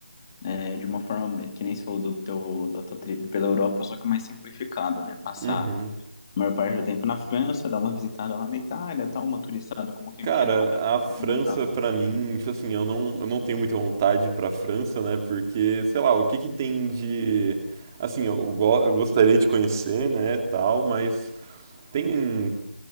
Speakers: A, on the left (about 20°); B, on the right (about 15°).
A: é, de uma forma que nem se falou do teu, da tua trip pela Europa, só que mais simplificado, né? Passar
B: Uhum.
A: a maior parte do tempo na França, dar uma visitada lá na Itália, tal, uma turistada como quem
B: Cara,
A: não quer nada
B: a França
A: e voltar.
B: pra mim, tipo assim, eu não, eu não tenho muita vontade pra França, né? Porque, sei lá, o que que tem de assim, eu, go- eu gostaria de conhecer, né, tal, mas tem